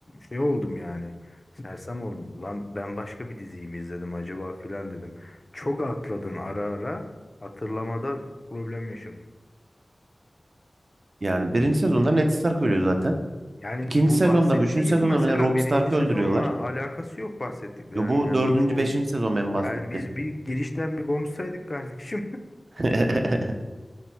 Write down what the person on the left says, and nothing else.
şey oldum yani sersem oldum. Ulan ben başka bir diziyi mi izledim acaba filan dedim. Çok atladın ara ara hatırlamada problem yaşadım.
Yani
bu
bahsettiğin
mesela
birinci
sezonla
alakası yok bahsettiklerinin
yani
birçoğu.
Yani biz bir girişten bir konuşsaydık kardeşim.